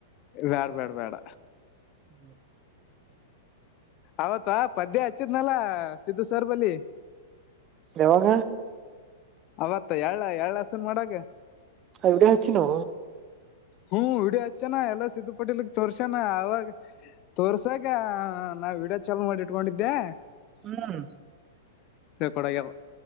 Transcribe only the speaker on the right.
<inaudible>
ಯಾವಾಗ
ಎವಡ ಹೆಚ್ಚಿನೋ.
ಹ್ಮ್